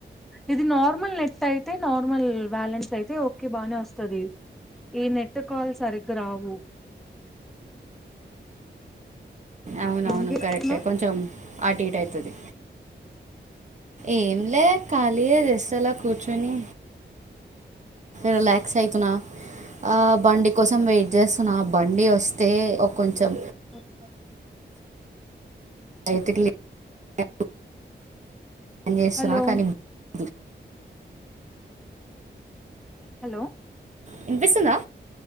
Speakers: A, in the centre; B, on the right.
A: ఇది నార్మల్ నెట్ అయితే నార్మల్ బ్యాలెన్స్ అయితే ఓకే బాగ్నే వస్తది, ఈ నెట్ కాల్ సరిగ్గా రావు.
B: అవును
A: ఏం చేస్తున్నావ్
B: కరెక్టే కొంచెం అటు ఇటు అయితది ఏంలే ఖాళీ జస్ట్ అలా కూర్చొని రిలాక్స్ అయితున్నా, ఆ బండి కోసం వెయిట్ చేస్తున్నా బండి వస్తే ఒ కొంచెం.
A: ఓ
B: అయితుకి ల్యా బు పని చేస్తున్నా
A: హలో
B: కానీ బు
A: హలో
B: ఇన్నిపిస్తుందా